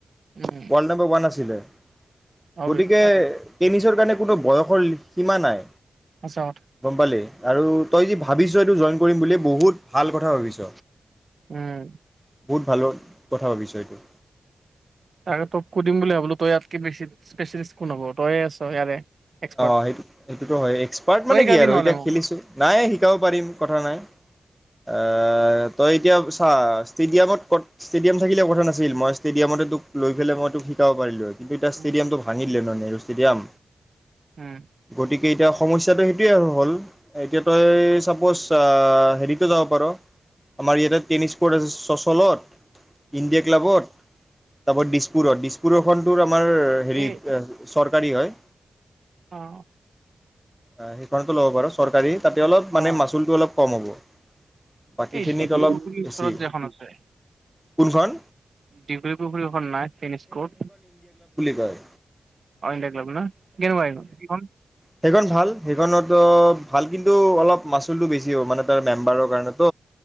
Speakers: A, on the right (about 60°); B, in the centre.
A: উম
B: ৱৰ্ল্ড নম্বাৰ উৱান আছিল <unintelligible>
A: হয়
B: গতিকে
A: তাকে
B: টেনিছৰ কাৰণে কোনো বয়সৰ সীমা নাই
A: সঁচা কথা
B: গম পালি আৰু তই যি ভাবিছ এইটো জইন কৰিম বুলি বহুত ভাল কথা ভাবিছ
A: উম
B: বহুত ভালৰ কথা ভাবিছ এইটো
A: তাকে তোক সুধিম বুলি ভাবিলো তই ইয়াতকে বেছি স্পচিয়েলিষ্ট কোন হ'ব তইয়ে আছ ইয়াৰে এক্সপাৰ্ট
B: অঁ সেইটো সেইটোতো হয়ে এক্সপাৰ্ট
A: তই
B: মানে
A: শিকাবি
B: কি আৰু
A: নহ'লে
B: এতিয়া
A: মোক
B: খেলিছো নাই শিকাব পাৰিম কথা নাই আহ তই এতিয়া চা ষ্টেডিয়ামত কত ষ্টেডিয়াম থাকিলে কথা নাছিল মই ষ্টেডিয়ামতে তোক লৈ পালে মই তোক শিকাব পাৰিলো হয় কিন্তু এতিয়া
A: উম
B: ষ্টডিয়ামটো ভাঙিলে ন নেহেৰু ষ্টেডিয়াম
A: উম
B: গতিকে এতিয়া সমস্যাটো সেইটোৱেই আৰু হ'ল এতিয়া তই ছাপোজ আ হেৰিতো যাব পাৰ আমাৰ ইয়াতে টেনিছ কৰ্ট আছে চচলত ইণ্ডিয়া ক্লাবত তাৰ উপৰত দিছপুৰত দিছপুৰৰখনটোত <unintelligible> মাৰ হেৰিক
A: এই
B: এ সৰ্প কাঢ়ি হয়
A: অঁ
B: আই সেইখনতো ল'ব পাৰ চৰকাৰী তাতে অলপ মানে
A: অ
B: মাচুলটো অলপ কম হ'ব বাকীখিনিত
A: এই দীঘলীপুখুৰীৰ
B: অলপ বেছি
A: উচৰত যে এখন আছে
B: কোনখন
A: দীঘলীপুখুৰী অখন নাই টেনিছ কোৰ্ট
B: জয়
A: অ ইণ্ডিয়া ক্লাব ন কেনেুকুৱা এখন ইখন
B: সেইখন ভাল সেইখনত ভাল কিন্তু অলপ মাচুলটো বেছি হ'ব মানে তাৰ মেম্বাৰৰ কাৰণে কাৰণেত